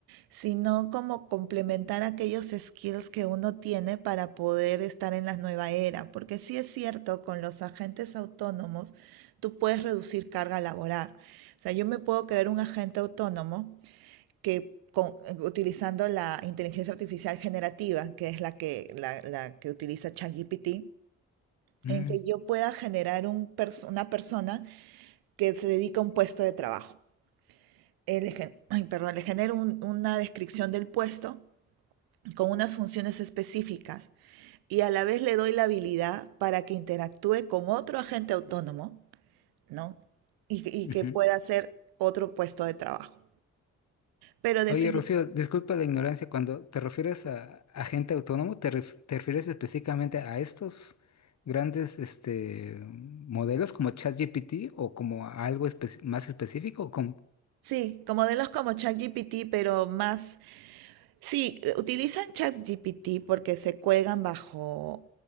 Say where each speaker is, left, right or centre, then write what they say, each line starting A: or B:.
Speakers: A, on the right; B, on the left.
A: sino como complementar aquellos skills que uno tiene para poder estar en la nueva era, porque sí es cierto, con los agentes autónomos tú puedes reducir carga laboral. O sea, yo me puedo crear un agente autónomo que con- eh, utilizando la inteligencia artificial generativa, que es la que, la, la que utiliza ChatGPT,
B: Mm,
A: en que yo pueda generar un perso- una persona que se dedica a un puesto de trabajo. Eh, le gen- ay, perdón, le genero un- una descripción del puesto con unas funciones específicas y a la vez le doy la habilidad para que interactúe con otro agente autónomo, ¿no? Y, que y
B: ujú.
A: que pueda hacer otro puesto de trabajo. Pero definitivamente,
B: Oye, Rocío, disculpa la ignorancia. Cuando te refieres a agente autónomo, ¿te, ref- te refieres específicamente a estos grandes este, modelos como ChatGPT o como a algo espe- más específico o como...
A: sí, como de los como ChatGPT, pero más Sí, eh, utilizan ChatGPT porque se cuelgan bajo,